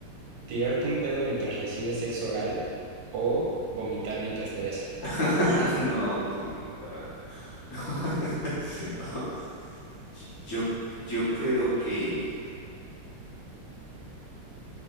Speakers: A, on the right (about 85°); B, on the left (about 50°).
A: ¿Tirarte un pedo mientras recibes sexo oral o vomitar mientras te besan?
B: <laughs> No, que... la- <laughs> Yo, yo creo que,